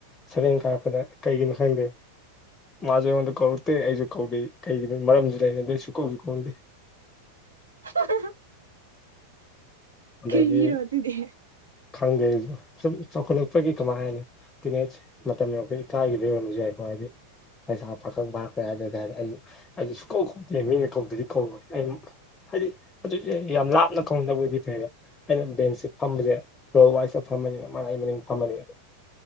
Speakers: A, on the left (about 15°); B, on the right (about 75°).
A: ꯁꯕꯦꯟ ꯀꯥꯔꯛꯄꯗ ꯀꯩꯒꯤꯅꯣ ꯈꯪꯗꯦ ꯃꯥꯖꯨ ꯑꯩꯉꯣꯟꯗ ꯀꯧꯔꯛꯇꯦ ꯑꯩꯖꯨ ꯀꯧꯗꯦ ꯀꯩꯒꯤꯅꯣ ꯃꯔꯝꯖꯨ ꯂꯩꯅꯗꯦ ꯁꯨꯛ ꯀꯧꯖꯨ ꯀꯧꯅꯗꯦ
B: <unintelligible>
A: ꯑꯗꯒꯤ
B: ꯀꯔꯤꯒꯤꯔꯣ ꯑꯗꯨꯗꯤ
A: ꯈꯪꯗꯦ ꯑꯩꯖꯨ ꯁꯨꯝ ꯆꯥꯎꯈꯠꯂꯛꯄꯒꯤ ꯀꯃꯥꯏ ꯍꯥꯏꯅꯤ ꯇꯤꯟ ꯑꯦꯁ ꯃꯇꯝ ꯌꯧꯔꯛꯄꯒꯤ ꯏꯀꯥꯏꯒꯤꯕ ꯑꯣꯏꯝꯕꯁꯨ ꯌꯥꯏꯀꯣ ꯍꯥꯏꯗꯤ ꯂꯩꯁꯥ ꯄꯥꯈꯪ ꯐꯥ <unintelligible> ꯑꯩꯁꯨ ꯁꯨꯛꯀꯧ ꯀꯧꯗꯦ ꯃꯤꯅ ꯀꯧꯗꯗꯤ ꯀꯧꯔꯣꯏꯅ ꯑꯩ ꯍꯥꯏꯗꯤ ꯑꯗꯨꯗꯤ ꯌꯥꯝ ꯂꯥꯞꯅ ꯀꯧꯅꯗꯕ ꯑꯣꯏꯗꯤ ꯐꯩꯕ ꯑꯩꯅ ꯕꯦꯟꯁꯁꯦ ꯐꯝꯕꯁꯦ ꯔꯣꯜ ꯋꯥꯏꯖꯇ ꯐꯝꯕꯅꯤꯅ ꯃꯥ ꯑꯩ ꯃꯅꯤꯡ ꯐꯝꯃꯅꯤ ꯑꯗꯣ